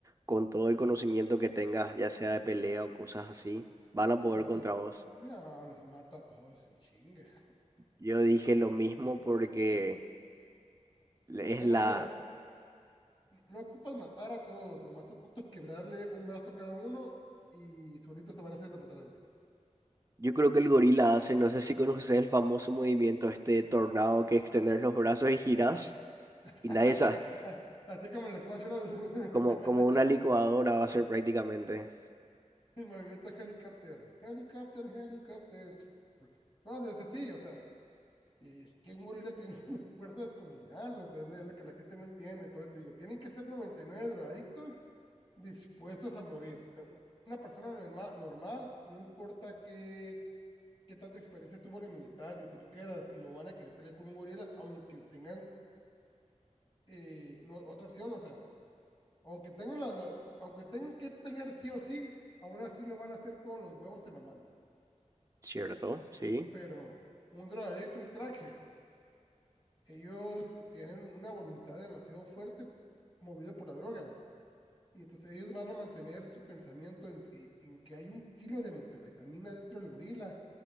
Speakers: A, on the right (about 25°); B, on the left (about 40°).
A: con todo el conocimiento que tengas, ya sea de pelea o cosas así, van a
B: no,
A: poder
B: sí,
A: contra vos.
B: no, los mato a todos en chinga.
A: Yo dije lo mismo porque le- es
B: Ah,
A: la...
B: no, mira, no ocupas matar a todos, nomás ocupas quebrarle un brazo a cada uno y solitos se van haciendo para atrás, güey.
A: Yo creo que el gorila hace, no sé si conoces el famoso movimiento este de tornado que extender los brazos y girás
B: <laughs>
A: y nadie sabe,
B: Así como en el Smash Bros.
A: como,
B: <laughs>
A: como una licuadora va a ser prácticamente.
B: el movimiento helicóptero. Helicóptero, helicóptero. No, es sí, o sea, es que un gorila tiene <laughs> una fuerza descomunal, o sea, es lo que la gente no entiende. Por eso te digo, tienen que ser 99 drogadictos dispuestos a morir. Una persona normal, normal no importa qué, qué tanta experiencia tuvo en el militar y lo que tú quieras, no van a querer pelear con un gorila, aunque tengan eh, no, otra opción, o sea, aunque tengan, la, la, aunque tengan que pelear sí o sí, aún así lo van a hacer con los huevos en la mano.
A: Cierto, sí.
B: Pero un drogadicto, un crack, ellos tienen una voluntad demasiado fuerte movida por la droga. Y entonces ellos van a mantener su pensamiento en que, en que hay un kilo de metanfetamina dentro del gorila